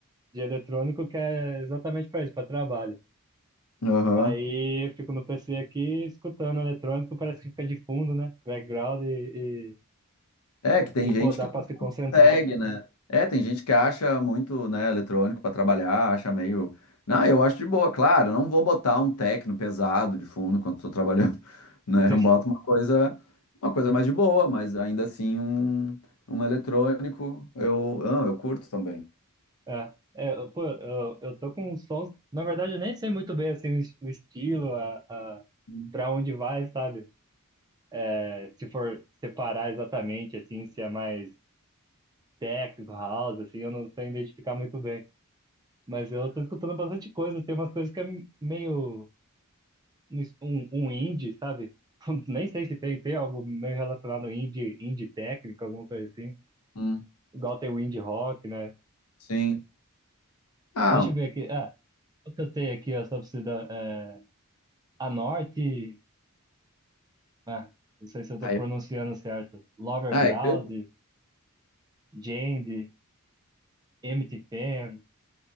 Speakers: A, on the right; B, on the left.
A: eletrônico que é exatamente para isso, para trabalho.
B: Aham.
A: Aí eu fico no PC aqui escutando eletrônico, parece que fica de fundo, né? Background e,
B: é que tem
A: e, e,
B: gente
A: pô, dá
B: que
A: para
B: não
A: se concentrar.
B: consegue, né? É, tem gente que acha muito, né, eletrônico para trabalhar, acha meio Não, eu acho de boa, claro, eu não vou botar um techno pesado de fundo quando estou trabalhando, <laughs> né?
A: <laughs>
B: Eu boto
A: Sim,
B: uma coisa uma coisa mais de boa, mas ainda assim um um eletrônico eu, ah, eu curto também.
A: é. É, eu- pô, eu, eu tô com uns sons. Na verdade, eu nem sei muito bem assim, o es- o estilo, a, a,
B: Uhum,
A: para onde vai, sabe? É, se for separar exatamente, assim, se é mais técnico, house, assim, eu não sei identificar muito bem. Mas eu tô escutando bastante coisa, tem umas coisas que é meio um, um um indie, sabe? <laughs> Nem sei se tem, tem algo meio relacionado ao indie, indie técnico, alguma coisa assim.
B: uhum,
A: Igual tem o indie rock, né?
B: sim. Ah,
A: Deixa eu ver aqui. Ah, o que eu tenho aqui, ó, só precisa. É, a Norte. Ah, não sei se eu tô
B: aí-
A: pronunciando certo. Lower
B: ah,
A: Ground,
B: é que eu,
A: Jand, Empty Fan.